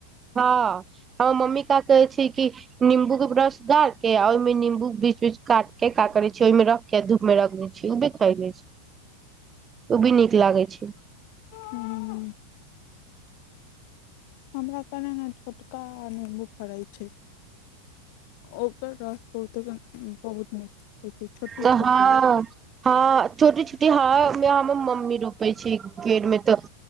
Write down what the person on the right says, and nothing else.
हँ हमर मम्मी का कहै छै कि नम्बू के ब रस गार के आ ओहिमे नम्बू के बीच बीच काट के का करे छै ओहिमे रख य धूप में रख दै छी ओ भी खाई ले छै ओ भी नीक लागे छै
तऽ
हँ हँ छोटी छोटी ह मे हमर मम्मी रोपे छै पेड़ में तऽ